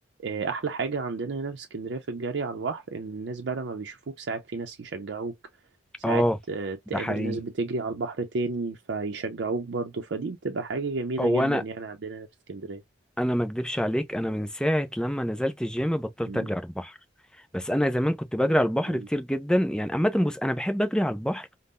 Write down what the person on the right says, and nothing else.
آه، احلى حاجة عندنا هنا في اسكندرية في الجري على البحر ان الناس بقى لما بيشوفوك ساعات في ناس يشجعوك ساعات
آه،
تقابل
ناس بتجري على البحر تاني فيشجعوك برضو فدي بتبقى حاجة جميلة
جدا
يعني عندنا هنا في اسكندرية
مم،
مم،